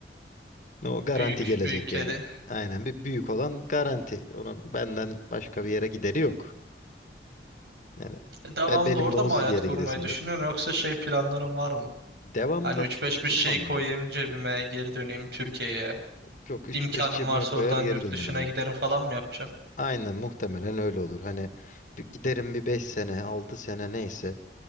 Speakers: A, on the left; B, on the right.
A: O garanti
B: büyük,
A: gelecek
B: büyük kedi.
A: yani. Aynen bir büyük olan garanti. Onun benden başka bir yere gideri yok. Yani
B: E, Devamlı
A: e, benim
B: orada
A: de onsuz
B: mı hayat
A: bir yere
B: kurmayı
A: gidesim
B: düşünüyorsun
A: yok.
B: yoksa şey planların var mı?
A: Devamda
B: Hani üç beş bir şey
A: durmam
B: koyayım
A: ya.
B: cebime geri döneyim Türkiye'ye.
A: Çok üç
B: İmkanım
A: beş cebime
B: varsa
A: koyar
B: oradan
A: geri
B: yurt
A: dönerim
B: dışına
A: ya.
B: giderim falan mı yapacaksın?
A: Aynen muhtemelen öyle olur. Hani bir giderim bir 5 sene 6 sene neyse